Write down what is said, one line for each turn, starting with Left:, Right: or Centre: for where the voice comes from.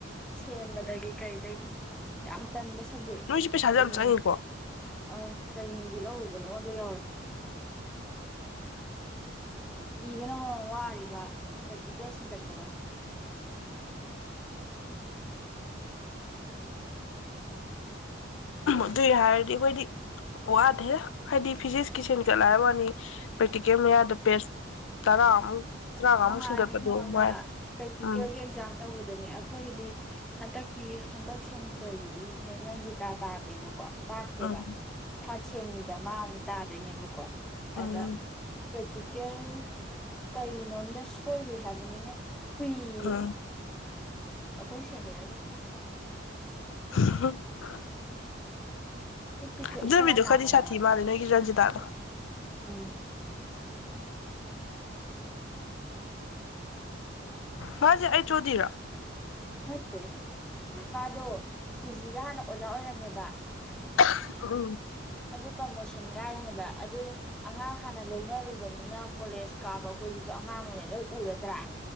Centre: ꯁꯦꯝꯕꯗꯒꯤ ꯀꯩꯗꯒꯤ ꯌꯥꯝ ꯇꯟꯕ ꯁꯕ ꯁꯟꯖꯦꯛ
Left: ꯅꯣꯏꯁꯨ ꯄꯩꯁꯥꯁꯨ
Centre: ꯀꯩꯅꯣ
Left: ꯌꯥꯝ ꯆꯪꯉꯤꯀꯣ
Centre: ꯑꯥ ꯀꯩꯅꯨꯡꯒꯤ ꯂꯧꯔꯨꯕꯗꯣ ꯀꯣꯗꯣ ꯌꯧꯔꯦ ꯏꯕꯅ ꯃꯔꯣꯝ ꯋꯥꯔꯤꯕ ꯄ꯭ꯔꯦꯛꯇꯤꯀꯦꯜ ꯁꯤꯟꯀꯠꯄꯗ
Left: ꯑꯗꯨꯏ ꯍꯥꯏꯔꯗꯤ ꯑꯩꯈꯣꯏꯗꯤ ꯋꯥꯗꯦ ꯍꯥꯏꯗꯤ ꯐꯤꯖꯤꯛꯁꯀꯤ ꯁꯥꯟꯀꯠꯂꯦ ꯍꯥꯏꯕ ꯋꯥꯅꯤ ꯄ꯭ꯔꯦꯛꯇꯤꯀꯦꯜ ꯃꯌꯥꯗ ꯄꯦꯁ ꯇꯔꯥꯃꯨꯛ ꯇꯔꯥꯃꯉꯥꯃꯨꯛ
Centre: ꯅꯍꯥꯟꯅꯦ
Left: ꯁꯤꯡꯒꯠꯄꯗꯣ
Centre: ꯈꯪꯉꯕ꯭ꯔꯥ
Left: ꯃꯉꯥꯏꯔꯦ
Centre: ꯄ꯭ꯔꯦꯛꯇꯤꯀꯦꯜꯒꯤ
Left: ꯎꯝ
Centre: ꯑꯦꯛꯖꯥꯝ ꯇꯧꯕꯗ ꯑꯗꯨꯗꯅꯦ ꯑꯩꯈꯣꯏꯒꯤꯗꯤ ꯍꯟꯗꯛꯀꯤ ꯍꯟꯗꯛ ꯁꯦꯃꯤꯁꯇꯔꯒꯤꯗꯤ ꯃꯦꯝ ꯔꯟꯖꯤꯇꯥ ꯇꯥꯗꯦꯕꯀꯣ ꯊꯥꯛꯇꯦꯕ
Left: ꯎꯝ
Centre: ꯊ꯭ꯔꯥꯠ ꯁꯦꯝꯒꯤꯗ ꯃꯥ ꯑꯃꯨꯛ ꯇꯥꯗꯣꯏꯅꯦꯕꯀꯣ
Left: ꯎꯝ
Centre: ꯑꯗ ꯄ꯭ꯔꯦꯛꯇꯤꯀꯦꯜ ꯀꯩ ꯀꯩꯅꯣꯝꯗ ꯁꯣꯏꯔꯨꯏ ꯍꯥꯏꯕꯅꯤꯅꯦ ꯐꯨꯏ ꯑꯌꯦ
Left: ꯎꯝ
Centre: ꯑꯈꯣꯏ ꯁꯦꯅꯤꯌꯥꯔ ꯗꯣ
Left: <inaudible>
Centre: ꯄꯤꯛ ꯄꯤꯛꯈꯩ
Left: ꯑꯗꯨꯃꯤꯗꯣ
Centre: ꯏꯁꯧ ꯌꯥꯝ ꯂꯥꯡꯕꯅꯦ
Left: ꯈꯔꯗꯤ ꯁꯥꯊꯤ
Centre: ꯍꯥꯏꯕ
Left: ꯃꯥꯜꯂꯦ ꯅꯣꯏꯒꯤ ꯔꯟꯖꯤꯇꯥꯗꯣ ꯑ
Centre: ꯎꯝ
Left: ꯃꯥꯁꯦ ꯑꯩꯅ ꯑꯣ ꯗꯤꯔꯣ
Centre: ꯅꯠꯇꯦ ꯃꯥꯗꯣ ꯇꯤꯖꯤꯗ ꯍꯥꯟꯅ ꯑꯣꯖꯥ ꯑꯣꯏꯔꯝꯃꯦꯕ
Left: ꯎꯝ
Centre: ꯑꯗꯨ ꯄ꯭ꯔꯃꯣꯁꯟ ꯀꯥꯏꯅꯦꯕ ꯑꯗꯨ ꯑꯉꯥꯡ ꯍꯥꯟꯅ ꯂꯣꯏꯅꯔꯨꯕꯅꯤꯅ ꯀꯣꯂꯦꯖ ꯀꯥꯕ ꯑꯩꯈꯣꯏꯁꯤꯁꯨ ꯑꯉꯥꯡ ꯑꯣꯏꯅ ꯂꯣꯏ ꯎꯔꯗ꯭ꯔꯥ